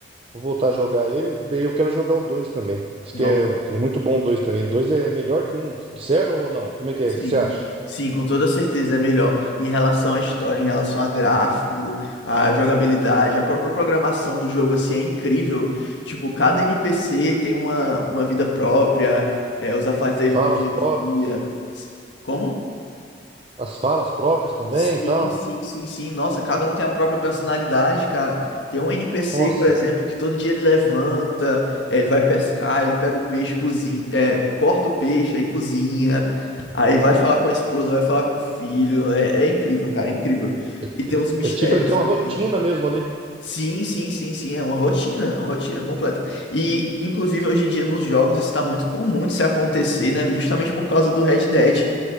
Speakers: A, on the right; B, on the left.
A: vou voltar a jogar ele e daí eu quero jogar o 2 também. Diz
B: Não.
A: que é, é muito bom o 2 também. O 2 é melhor que o um. Disseram ou não? Como é que
B: Sim.
A: é? O que você acha?
B: Sim, com toda certeza é melhor. Em relação à história, em relação a gráfico, à jogabilidade, a própria programação do jogo assim é incrível. Tipo, cada NPC tem uma, uma vida própria, é, os afazeres
A: Falas
B: do dia
A: próprias.
B: a dia. Como?
A: As falas próprias também
B: Sim,
A: e tal.
B: sim, sim, sim. Nossa, cada um tem a própria personalidade, cara. Tem um NPC,
A: Nossa.
B: por exemplo, que todo dia ele levanta, eh, ele vai pescar, ele pega o peixe, cozinha, eh, corta o peixe, aí cozinha, aí vai falar com a esposa, vai falar com o filho. É, é incrível, cara, é incrível.
A: ele-
B: E tem
A: ele-
B: uns mistérios
A: É tipo ele tem uma
B: também.
A: rotina mesmo ali.
B: Sim, sim, sim, sim. É uma rotina, é uma rotina completa. E, inclusive, hoje em dia nos jogos está muito comum de se acontecer, né? Justamente por causa do Red Dead.